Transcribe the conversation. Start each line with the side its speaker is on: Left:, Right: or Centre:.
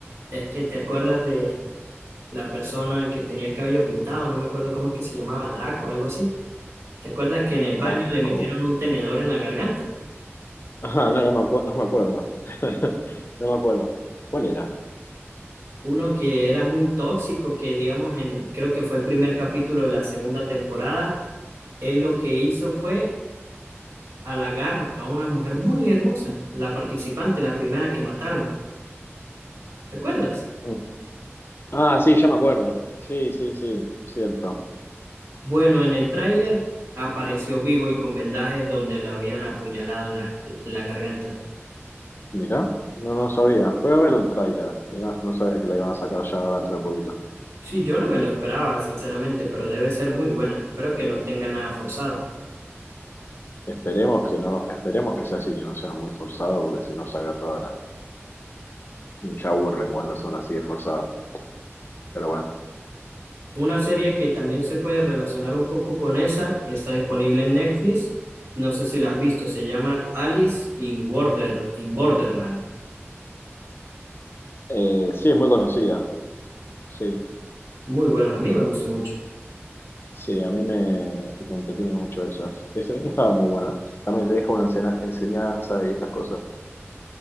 Right: es que te acuerdas de la persona que tenía el cabello pintado, no me acuerdo cómo es que se llamaba, Draco, algo así. ¿Te acuerdas que en el
Left: Draco.
Right: baño le metieron un tenedor en la garganta?
Left: <laughs> Ajá, no, no me acuerdo, no me acuerdo. <laughs> No me acuerdo. ¿Cuál era?
Right: Uno que era muy tóxico, que digamos en, creo que fue el primer capítulo de la segunda temporada, él lo que hizo fue halagar a una mujer muy hermosa, la participante, la primera que mataron. ¿Te acuerdas?
Left: Mm. Ah, sí, ya me acuerdo. Sí, sí, sí, cierto.
Right: Bueno, en el tráiler apareció vivo y con vendajes donde lo habían apuñalado en la, en la garganta.
Left: Mirá, no, no sabía. Voy a ver el tráiler. Mirá, no sabía que la iban a sacar ya ahora dentro de poquito.
Right: Sí, yo no me lo esperaba, sinceramente, pero debe ser muy buena. Espero que no tenga nada forzado.
Left: Esperemos que no, esperemos que sea así, que no sea muy forzado, porque si no saca toda la... Ya aburren cuando son así de forzadas. Pero bueno.
Right: Una serie que también se puede relacionar un poco con esa, está disponible en Netflix. No sé si la has visto, se llama Alice in Border, in Borderland.
Left: Eh, sí, es muy conocida. Sí,
Right: Muy buena, a mí me gustó mucho.
Left: sí, a mí me, me entretiene mucho esas. Esa, esa estaba muy buena. También te deja una ensena- enseñanza y esas cosas.